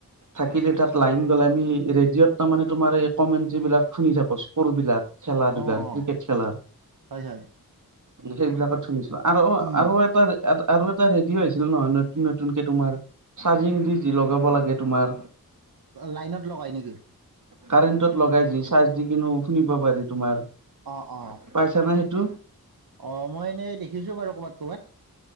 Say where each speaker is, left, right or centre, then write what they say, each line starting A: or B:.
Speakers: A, on the right (about 55°); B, on the right (about 70°).
A: থাকিলে তাত লাইন গ'লে, আমি ৰেডিঅ'ত তাৰমানে তোমাৰ এই কমেণ্টেৰী বিলাক শুনি থাকো, স্কৰ বিলাক। খেলা-ধূলাৰ
B: অঁ অঁ
A: ক্ৰিকেট খেলাৰ।
B: হয় হয়
A: সেইবিলাকত শুনিছো, আৰু,
B: উম
A: আৰু এটাৰ এটা আৰু এটা ৰেডিঅ' আহিছিল নহয়, নতুন, নতুনকে তোমাৰ চাৰ্জিং দি যে লগাব লাগে। তোমাৰ
B: লাইনত লগাই নেকি?
A: কাৰেণ্টত লগাই দি, চাৰ্জ দি কিনো শুনিব পাৰি তোমাৰ।
B: অ', অ'।
A: পাইছা নে সেইটো?
B: অ', মই এনেই দেখিছো বাৰু ক'বাত, ক'বাত।